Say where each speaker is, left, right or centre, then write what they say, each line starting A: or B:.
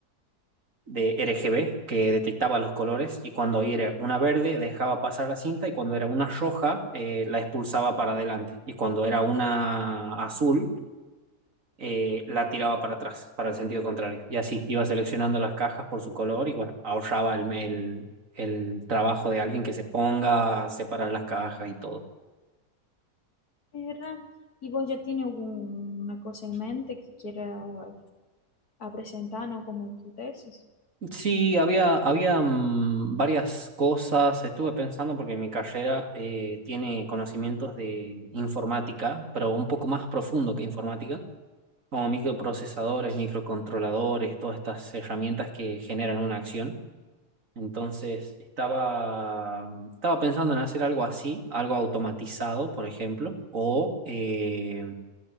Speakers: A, on the right; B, on the left.
A: de RGB que detectaba los colores y cuando era una verde dejaba pasar la cinta y cuando era una roja eh, la expulsaba para adelante y cuando era una azul eh, la tiraba para atrás, para el sentido contrario. Y así iba seleccionando las cajas por su color y bueno, ahorraba el, el, el trabajo de alguien que se ponga a separar las cajas y todo.
B: era. ¿Y vos ya tienes alguna cosa en mente que quieras presentar, no como tu tesis?
A: Sí, había, había mm, varias cosas. Estuve pensando porque mi carrera eh, tiene conocimientos de informática, pero un poco más profundo que informática, como microprocesadores, microcontroladores, todas estas herramientas que generan una acción. Entonces, estaba, estaba pensando en hacer algo así, algo automatizado, por ejemplo, o eh,